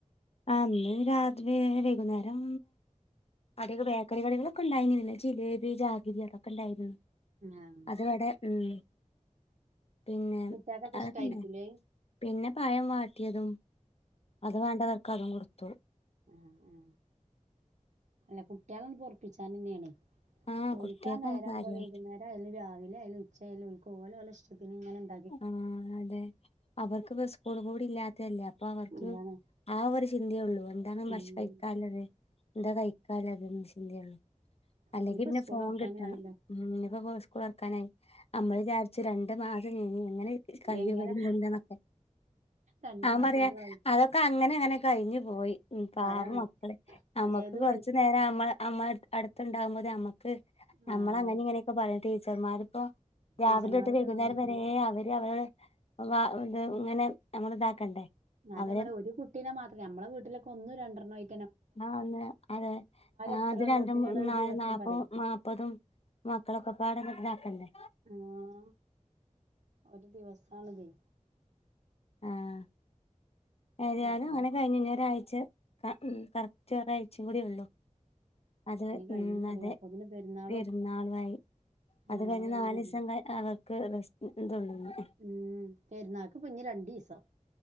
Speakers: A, on the left; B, on the right.
A: ആ അന്ന് രാത്രി വൈകുന്നേരം അടൊക്കെ ബേക്കറികളിലൊക്കിണ്ടായിരുന്നില്ല ജിലേബി ജാഗിരി അതക്കിണ്ടായിരുന്നു
B: ആഹ്
A: അതിവടെ ഉം പിന്നെ
B: കുട്ട്യാക്കൊക്കെ
A: അതങ്ങനെ
B: ഇഷ്ടായിരിക്കൂലേ
A: പിന്നെ പഴം വാട്ടിയതും അത് വേണ്ടവർക്ക് അതും കൊടുത്തു
B: ആ ആ അല്ല കുട്ടികളെ പൊറപ്പിച്ചൻന്നെയാണ്
A: ആഹ്
B: ഓൽക്കാ
A: കുട്ടികൾക്കാണ്
B: നേരാകുമ്പോ
A: കാര്യായിട്ട്
B: വൈകുന്നേരായാലും രാവിലെ അയാലും ഉച്ചയായാലും ഓല് ഓളുടെ ഇഷ്ടത്തിന് ഇങ്ങനെ നിക്കും.
A: ആ അതെ അവർക്ക് ഇപ്പം സ്കൂൾ കൂടി ഇല്ലാത്ത അല്ലേ അപ്പൊ അവർക്ക്
B: അതാണ്
A: ആ ഒരു ചിന്തയേള്ളു എന്താണ്
B: ഉം
A: ഭക്ഷ കഴിക്കാള്ളത് എന്താ കഴിക്കാള്ളത് എന്ന ചിന്തയേള്ളു. അല്ലെങ്കി
B: ഇനിയിപ്പോ
A: പിന്നെ
B: സ്കൂൾ
A: ഫോൺ
B: തൊറക്കാനും
A: കിട്ടണം
B: ആയല്ലോ
A: ഇനി ഇപ്പോ പൊ സ്കൂൾ തുറക്കാനായി നമ്മള് വിചരിച്ചു രണ്ട് മാസ് -- <unintelligible> ഇവരിം
B: എങ്ങനെ
A: കൊണ്ട്ന്നൊക്കെ
B: രണ്ടു
A: ആ
B: മാസം
A: പറയാ
B: ഏത് വഴി
A: അതൊക്കെ അങ്ങനെ അങ്ങനെ കഴിഞ്ഞ് പോയി പാവം
B: അതന്നെ
A: മക്കള്. നമ്മുക്ക്
B: ഏത്
A: കൊറച്ചു
B: വഴി
A: നേരം നമ്മൾ നമ്മൾ അടുത്തുണ്ടാകുമ്പോ നമ്മക്ക് നമ്മള്
B: ആഹ്
A: അങ്ങനെ ഇങ്ങനെയൊക്കെ പറയും ടീച്ചർമാരിപ്പോ രാവിലെ
B: ടീച്ചർമാരൊക്കെ
A: തൊട്ട് വൈകുന്നേരം
B: സമ്മതിക്കണം
A: വരെ അവര് അവര വ ഇത് ഇങ്ങനെ നമ്മൾ ഇതാക്കണ്ടേ
B: ഞാന്നരം
A: അവര്
B: പറയും ഒരു കുട്ടിനെ മാത്രം നമ്മളെ വീട്ടിലൊക്കെ ഒന്ന് രണ്ടെണ്ണം ആയി
A: ആ ഒന്ന് അതെ ആഹ്
B: എത്ര
A: അത്
B: എണ്ണത്തിനാണ്
A: രണ്ട്
B: ഒരു
A: നാല്
B: ദിവസം
A: നാപ്പോ
B: പറയും
A: നാപ്പതും മക്കളൊക്കെ പാടന്നൊക്ക ഇതാക്കണ്ടേ
B: ആഹ് ഒരു ദിവസാണിതേ
A: ആഹ് ഏതാലും
B: ആഹ്
A: അങ്ങനെ കഴിഞ്ഞ് ഇനി ഒരാഴ്ച ക ഉം കറക്റ്റ് ഒരാഴ്ചയും കൂടി ഉള്ളൂ. അത്
B: ഇനി കഴിഞ്ഞു
A: ഉം
B: പറയാ
A: അതെ
B: അപ്പൊത്തിന് പെരുന്നാളും
A: പെരുന്നാളു ആയി
B: പെരുന്നാളും
A: അത് കഴിഞ്ഞ്
B: ആയി
A: നാലീസം
B: വരുന്നു
A: കൈ അവർക്ക് റെസ്റ്റ് ന് തുള്ളുന്നു
B: ഉം പെരുന്നാൾക്ക് ഇപ്പൊ ഇഞ് രണ്ടീസം.